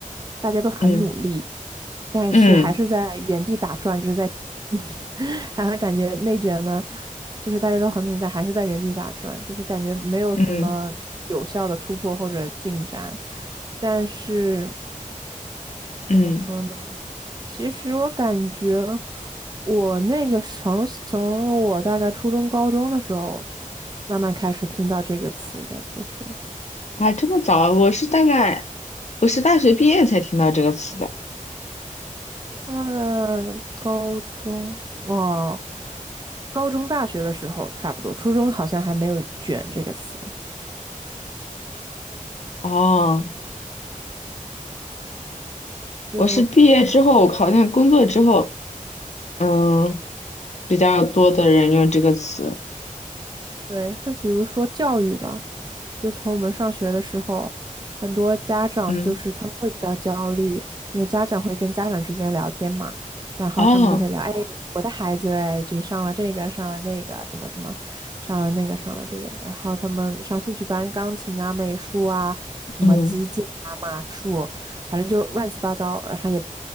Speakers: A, on the right; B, on the left.
A: 大家都很努力，
B: 嗯
A: 但是还是在原地打转，
B: 嗯
A: 就是在，<laughs> 还感觉内卷呢，就是大家都很努力，但还是在原地打转，就是感觉没有什么有效的突破或者进展，
B: 嗯
A: 但是。怎么说呢？
B: 嗯，
A: 其实我感觉，我那个从从我大概初中、高中的时候，慢慢开始听到这个词的。其实，
B: 啊，这么早啊？我是大概我是大学毕业才听到这个词的。
A: 那个高中哦，高中、大学的时候差不多，初中好像还没有“卷”这个词。
B: 哦，
A: 就
B: 我是毕业之后，好像工作之后，嗯，比较多的人用这个词。
A: 对，就比如说教育吧，就从我们上学的时候，很多家长就是他们会比较焦虑，
B: 嗯，
A: 因为家长会跟家长之间聊天嘛，然后他们就会聊，
B: 哦，
A: 哎，我的孩子，哎，这上了这个，上了那个，怎么怎么，上了那个，上了这个，然后他们上兴趣班，钢琴啊、美术啊、什么击剑啊、
B: 嗯
A: 马术，反正就乱七八糟，然后也